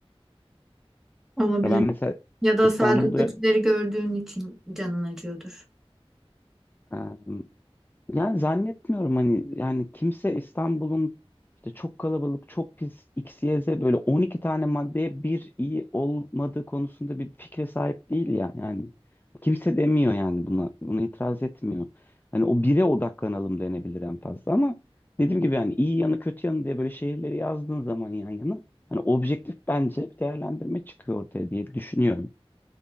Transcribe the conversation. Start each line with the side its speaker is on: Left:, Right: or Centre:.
Centre: Olabilir.
Left: Ya Ben mesela
Centre: Ya da
Left: İstanbul'da
Centre: sadece kötüleri gördüğün için canın acıyordur.
Left: Ee, Yani zannetmiyorum hani yani kimse İstanbul'un işte çok kalabalık, çok pis X, Y, Z böyle 12 tane maddeye bir iyi olmadığı konusunda bir fikre sahip değil ya yani. Kimse demiyor yani buna, buna itiraz etmiyor. Hani o bire odaklanalım denebilir en fazla ama dediğim gibi yani iyi yanı kötü yanı diye böyle şehirleri yazdığın zaman yan yana hani objektif bence bir değerlendirme çıkıyor ortaya diye düşünüyorum.